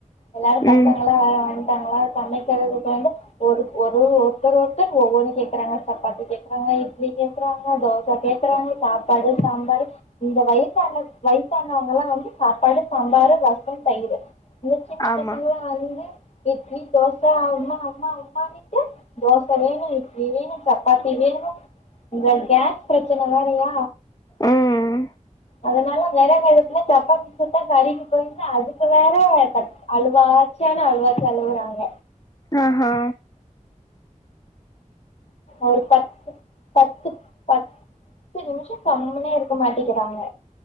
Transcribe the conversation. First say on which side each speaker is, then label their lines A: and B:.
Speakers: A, on the left; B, on the left.
A: எல்லாரும் பசங்களலாம்
B: ம்
A: வேற வந்ட்டாங்களா சமைக்கறதுக்கு வந்து ஒரு ஒரு ஒருத்தர் ஒருத்தர் ஒவ்வொனு கே்கறாங்க சப்பாத்தி கேக்றாங்க இட்லி கேக் கேக்குறாங்க தோசை கேக்குறவங்க சாப்பாடு சாம்பார் இந்த வயசான வயசானவங்கல்லாம் வந்து சாப்பாடு சாம்பார் ரசம் தயிர் இந்த சின்ன
B: ஆமா
A: பசங்களா வந்து இட்லி தோசை அம்மா அம்மா அம்மானுட்டு தோசை வேணும் இட்லி வேணும் சப்பாத்தி வேணும் இந்த கேஸ் பிரச்சனை வேறயா
B: உஹம்
A: அதனால வெறகடுப்புல சப்பாத்தி சுட்டா கருகி போய்ருது அதுக்கு வேற கத் அழுவாச்சியான அழுவாச்சி அழுவுறாங்க
B: ஆஹ் ஹ
A: ஒரு பத்து பத்து பத்து நிமிஷம் கம்மியா இருக்க மாட்டிக்கிறாங்க